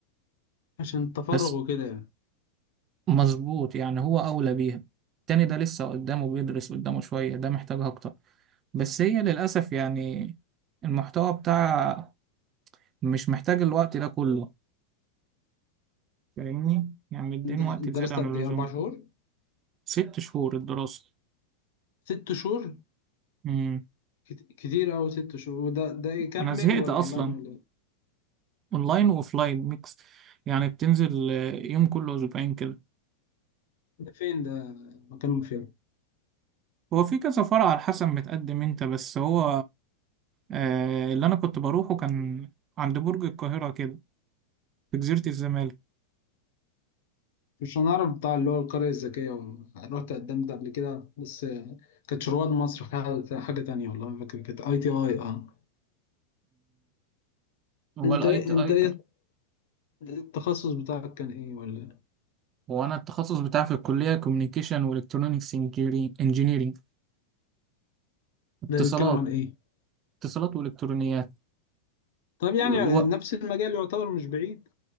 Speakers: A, on the left; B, on the right.
A: عشان التفرغ
B: بس
A: وكده يعني
B: مظبوط يعني هو أولى بيها التاني ده لسه قدامه بيدرس قدامه شوية ده محتاجها أكتر بس هي للأسف يعني المحتوى بتاع مش محتاج الوقت ده كله فاهمني يعني مدين
A: انت أنت
B: وقت زيادة
A: درست
B: عن
A: قد
B: اللزوم
A: ايه اربع شهور
B: ست شهور الدراسة
A: ست شهور
B: مم.
A: كت- كتير اوي ست شهور وده ده ايه كامبينج
B: أنا زهقت
A: ولا
B: أصلا
A: اونلاين ولا ايه
B: أونلاين وأوفلاين ميكس يعني بتنزل آه، يوم كل أسبوعين كده
A: ده فين ده مكانهم فين
B: هو في كذا فرع على حسب متقدم أنت بس هو آه اللي أنا كنت بروحه كان عند برج القاهرة كده في جزيرة الزمالك
A: مش هنعرف بتاع اللي هو القرية الذكية و- رحت قدمت قبل كده بس كانت رواد مصر حاجة حاجة تانية والله ما فاكر كانت اي تي اي اه
B: هو
A: انت
B: الاي
A: إيه-
B: تي
A: انت
B: اي
A: ايه التخصص بتاعك كان ايه ولا
B: هو انا التخصص بتاعي في الكليه كوميونيكيشن والكترونكس انجينيرنج اتصالات
A: ده بيتكلم عن ايه
B: اتصالات والكترونيات
A: طب يعني
B: الو...
A: آه، نفس المجال يعتبر مش بعيد